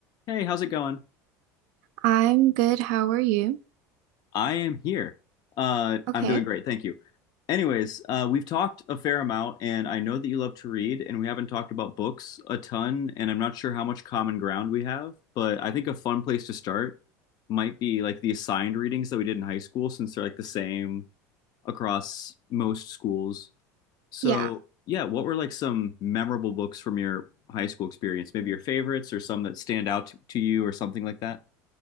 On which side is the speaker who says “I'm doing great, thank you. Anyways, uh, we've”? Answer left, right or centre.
Left